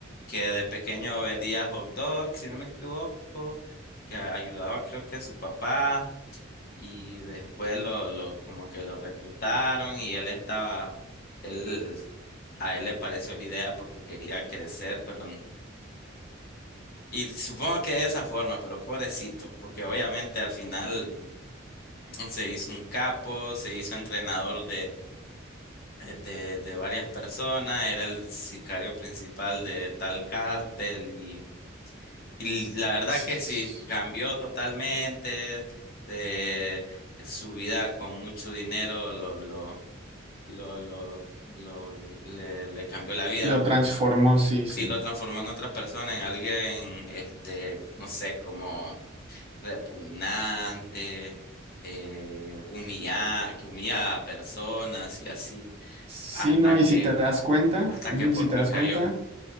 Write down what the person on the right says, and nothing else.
Sí,
sí.
sí.
Lo
transformó, sí, sí.
Sí,
no, y
si te das cuenta,
mm,
si te
das
cuenta,